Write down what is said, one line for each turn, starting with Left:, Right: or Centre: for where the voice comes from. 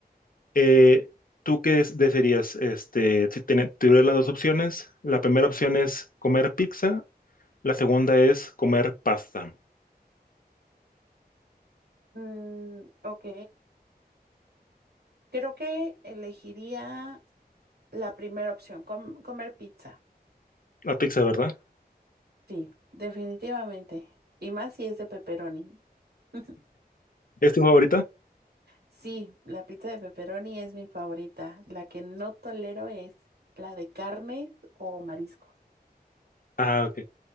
Left: Eh, ¿tú qué des- desearías? Este, si tiene- tuvieras las dos opciones, la primera opción es comer pizza, la segunda es comer pasta.
Right: Mm, ok, creo que elegiría la primera opción, com- comer pizza.
Left: La pizza, ¿verdad?
Right: Sí, definitivamente. Y más si es de pepperoni. <laughs>
Left: ¿Es tu favorita?
Right: Sí, la pizza de pepperoni es mi favorita. La que no tolero es la de carnes o marisco.
Left: Ah, ok.